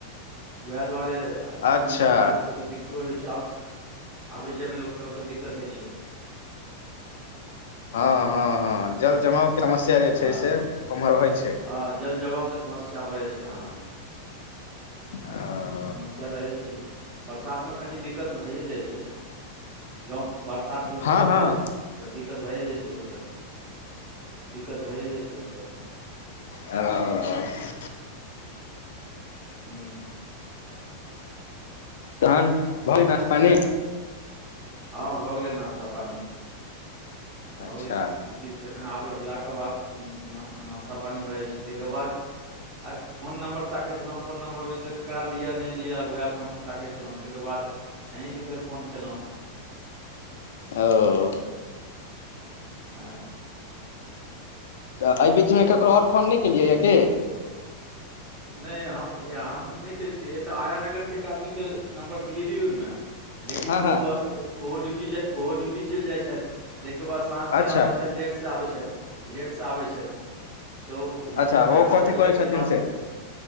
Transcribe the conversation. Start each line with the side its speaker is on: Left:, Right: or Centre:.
Right: वएह दुआरे आ
Left: अच्छा
Right: लोक सबके दिक्कतो होइ छै आब आबै जाइमे लोक सबके दिक्कत होइ छै
Left: हँ हँ हँ जल जमाव के समस्या जे
Right: हँ
Left: छै से उमहर रहैत छै
Right: हँ जल जमावके समस्या भऽ जाय छै ह
Left: आ
Right: समस्या रहै छै जे बरसातमे कनि दिक्कत भइए जाइ छै जँ वर्षा भेल
Left: हँ
Right: खूब भेल
Left: हँ
Right: तऽ दिक्कत भइए जाइ छै लोककेँ दिक्कत भएए जाइ छै लोकके
Left: आ <inaudible>
Right: हूँ
Left: तहन भले नश्ता पानी
Right: हँ भऽ गेलै नास्ता पानि भऽ
Left: अच्छा
Right: गेलै ड्यूटी से जखन आबे एयलाक के बाद नास्ता पानी भए जाइ छै ताहिके बाद आइ फोन नम्बर ताके छलहुँ फोन नम्बर ओमेसँ ककरा लिअ नहि लिअ उएह फोन ताकै छलहुँ ताहिके बाद अहींके फेर फोन केलहुँ
Left: ओ
Right: <unintelligible>
Left: तऽ एहि बीचमे ककरो आओर फोन नहि केलियैए कि
Right: नहि हम हम नहि कने छियै एतऽ आया नगरसँ एक आदमीके नम्बर दिेलियै ओहिमे लेकिन
Left: हँ
Right: ओ
Left: हँ
Right: ओहो ड्यूटी ओहो ड्यूटी चलि जाइ छथि ताहिके बाद साँझके
Left: अच्छा
Right: आबै छथि लेटसँ आबै छथि लेटसँ आबै छथि तऽ हुनको
Left: अच्छा
Right: टाइम
Left: ओ
Right: नहि
Left: कथी
Right: भेलेटनि
Left: कहै
Right: जे
Left: छथिन
Right: बात
Left: से